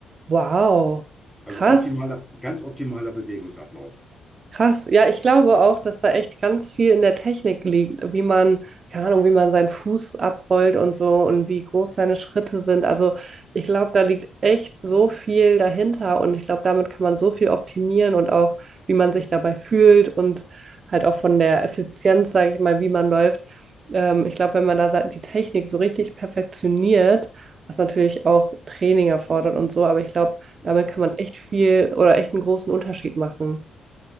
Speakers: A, on the right; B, in the centre.
A: wow.
B: Also
A: Krass.
B: optimaler, ganz optimaler Bewegungsablauf.
A: Krass, ja, ich glaube auch, dass da echt ganz viel in der Technik liegt, wie man, keine Ahnung, wie man seinen Fuß abrollt und so und wie groß seine Schritte sind. Also ich glaube, da liegt echt so viel dahinter und ich glaube, damit kann man so viel optimieren und auch, wie man sich dabei fühlt und halt auch von der Effizienz, sage ich mal, wie man läuft. Ähm, ich glaube, wenn man da sa- die Technik so richtig perfektioniert, was natürlich auch Training erfordert und so, aber ich glaube,
B: Ja,
A: damit kann man echt viel oder echt einen großen Unterschied machen.